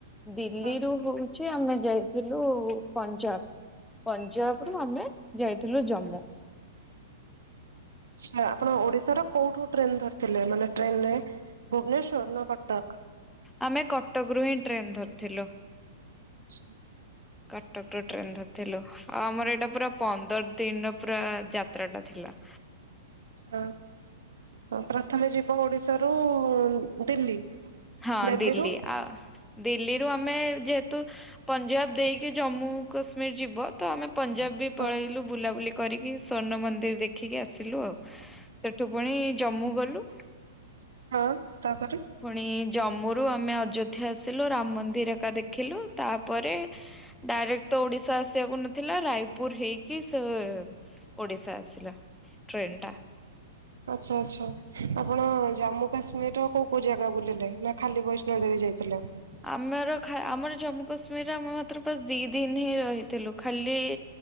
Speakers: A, in the centre; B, on the right.
A: ଦିଲ୍ଲୀରୁୁ
B: ହଁ
A: ହଉଛି ଆମେ ଯାଇଥିଲୁ ପଞ୍ଜାବ। ପଞ୍ଜାବରୁ
B: ପଞ୍ଜାବ।
A: ଆମେ ଯାଇଥିଲୁ ଜାମ୍ମୁ।
B: ଆଚ୍ଛା ଆପଣ ଓଡିଶାର କୋଉଠୁ ଟ୍ରେନ ଧରିଥିଲେ, ମାନେ ଟ୍ରେନରେ ଭୁବନେଶ୍ଵର ନା କଟକ୍?
A: ଆମେ କଟକରୁୁ ହିଁ ଟ୍ରେନ ଧରିଥିଲୁ।
B: ଆଚ୍ଛା।
A: କଟକରୁ ଟ୍ରେନ ଧରିଥିଲୁ ଆଉ ଆମର
B: ହଁ।
A: ଏଇଟା ପୁରା ପନ୍ଦର ଦିନ ପୁରା ଯାତ୍ରା ଟା ଥିଲା।
B: ଆଚ୍ଛା ପ୍ରଥମେ ଯିବ ଓଡିଶାରୁ ଦିଲ୍ଲୀ।
A: ହଁ
B: ଦିଲ୍ଲୀରୁ
A: ଦିଲ୍ଲୀ ଆ ଦିଲ୍ଲୀରୁ ଆମ ଆମେ ଯେହେତୁ ପଞ୍ଜାବ ଦେଇକି ଜାମ୍ମୁ କାଶ୍ମୀର ଯିବ ତ ଆମେ ପଞ୍ଜାବ ବି ପଳେଇଲୁ
B: ହଁ
A: ବୁଲାବୁଲି କରିକି ସ୍ଵର୍ଣ୍ଣ ମନ୍ଦିର୍ ଦେଖିକି ଆସିଲୁ ଆଉ। ସେଠୁ ପୁଣି ଜମ୍ମୁ ଗଲୁ।
B: ହଁ ତାପରେ
A: ପୁଣି ଜମ୍ମୁରୁୁ ଆମେ ଅଯୋଧ୍ୟା ଆସିଲୁ ରାମ ମନ୍ଦିର ଏକା ଦେଖିଲୁ ତାପରେ ଡାଇରେକ୍ଟ ତ ଓଡିଶା ଆସିବାକୁ ନଥିଲା ରାୟପୁର ହେଇକି ସେ ଓଡିଶା ଆସିଲା ଟ୍ରେନଟା।
B: ଆଚ୍ଛା ଆଚ୍ଛା। ଆପଣ ଜମ୍ମୁ କାଶ୍ମୀରର କୋଉ-କୋଉ ଜାଗା ବୁଲିଲେ ନା ଖାଲି ବୈଷ୍ଣୋଦେବୀ ଯାଇଥିଲେ?
A: ଆମେର ଆମର ଜାମ୍ମୁ କାଶ୍ମୀରରେ ଆମେ ମାତ୍ର ଦି ଦିନ ହିଁ ରହିଥିଲୁ ଖାଲି